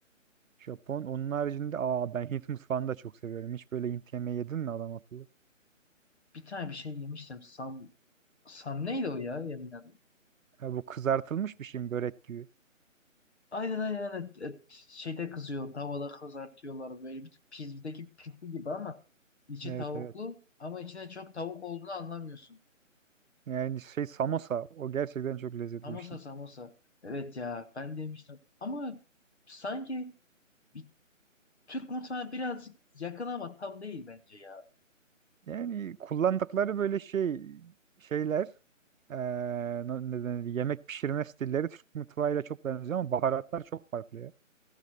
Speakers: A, on the right; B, on the left.
A: Japon. Onun haricinde aa ben Hint mutfağını da çok seviyorum. Hiç böyle Hint yemeği yedin mi adam akıllı?
B: Bir tane bir şey yemiştim. Sam, Sam neydi o ya yemin adı?
A: Ha, bu kızartılmış bir şey mi? Börek gibi.
B: Aynen aynen aynen. E, şeyde kızıyor tavada kızartıyorlar böyle bir tık pizzadaki pizza gibi ama içi
A: Evet
B: tavuklu
A: evet.
B: ama içine çok tavuk olduğunu anlamıyorsun.
A: Yani şey samosa. O gerçekten çok lezzetli
B: Samosa
A: bir şey.
B: samosa. Evet ya ben demiştim ama sanki bir Türk mutfağına birazcık yakın ama tam değil bence ya.
A: Yani kullandıkları böyle şey şeyler eee, ne ne denir, yemek pişirme stilleri Türk mutfağıyla çok benziyor ama baharatlar çok farklı ya.